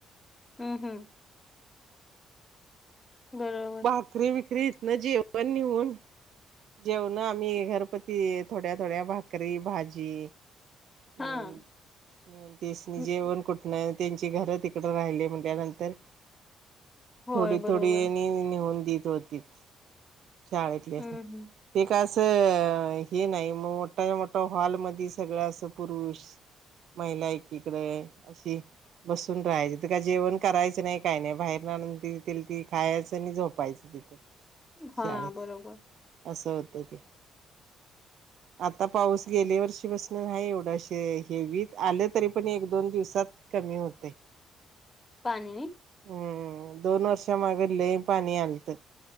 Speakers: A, on the left; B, on the right.
A: ह्म हम्म. बरोबर.
B: भाकरी-बिकरी इथनं जेवण निऊन जेवणं आम्ही घरपती थोड्या-थोड्या भाकरी, भाजी
A: हां.
B: निऊन तिसनी
A: हं.
B: जेवण कुठंन, त्यांची घर तिकडं राहिले म्हणल्यानंतर
A: होय,
B: थोडी-थोडी
A: बरोबर.
B: नेऊन-नेऊन देत होतीत शाळेतल्यास्नी.
A: हं, हं.
B: ते का असं हे नाही, मोठाय- मोठा हॉल मधी सगळं असं पुरुष महिला एकीकडे अशी. बसून राहायचं ते का जेवण करायचं नाही काय नाही, बाहेरन आणून ती दिल ती खायाचं आणि झोपायचं. दिकत
A: हां,
B: शाळेत
A: बरोबर.
B: असं होतय ते आता पाऊस गेले वर्षी पासन नाही एवढं कशे हेवीत आले तरी पण एक दोन दिवसात कमी होतंय
A: पाणीनी
B: हम्म दोन वर्षामाग लई पाणी आलतं